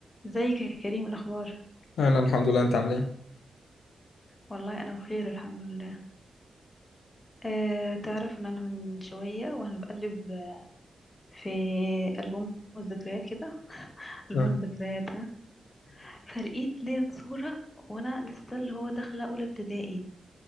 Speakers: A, on the left; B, on the left.
A: ازيك يا كريم الاخبار
B: انا الحمد لله انت عامل ايه
A: والله انا بخير الحمد لله أه تعرف ان انا من شويه وانا بقلب في البوم الذكريات كده البوم
B: آه.
A: الذكريات ها فلقيت ليا صوره وانا لسه اللي هو داخله اولى ابتدائي